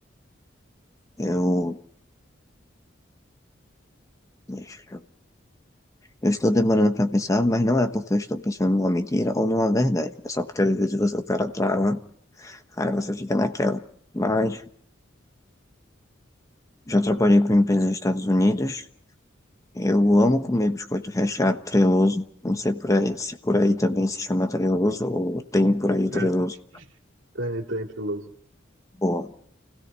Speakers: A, on the left; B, on the right.
A: Eu. Deixa eu... Eu estou demorando para pensar, mas não é porque eu estou pensando numa mentira ou numa verdade. É só porque às vezes você- o cara trava Aí você fica naquela. Mas já trabalhei com empresas nos Estados Unidos. Eu amo comer biscoito recheado treloso. Não sei por aí, se por aí também se chama treloso ou tem por aí
B: É,
A: treloso.
B: tem, tem, Triloso.
A: Boa.